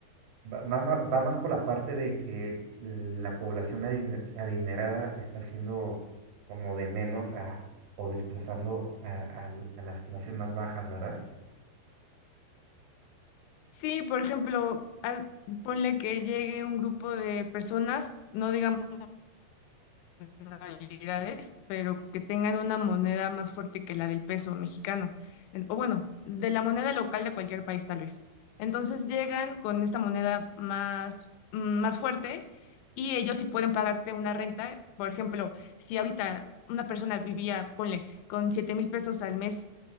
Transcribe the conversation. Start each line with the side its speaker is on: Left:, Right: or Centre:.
Right: Va, va ma- va más por la parte de que la población adine- adinerada está siendo como de menos a, o desplazando a, al- a las clases más bajas, ¿verdad?
Left: Sí, por ejemplo, haz- ponle que llegue un grupo de personas, no digamos nacionalidades, pero que tengan una moneda más fuerte que la del peso mexicano, en- o bueno, de la moneda local de cualquier país tal vez. Entonces llegan con esta moneda más, mm, más fuerte y ellos sí pueden pagarte una renta. Por ejemplo, si ahorita una persona vivía, ponle, con siete mil pesos al mes